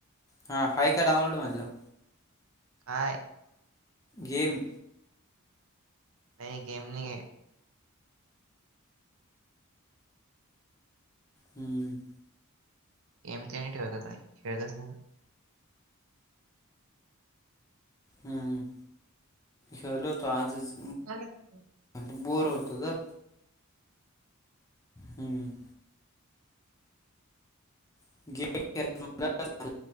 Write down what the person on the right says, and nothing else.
काय
नाही गेम नाहीये
एम ते नाही ठेवता खेळतस
ल. <unintelligible>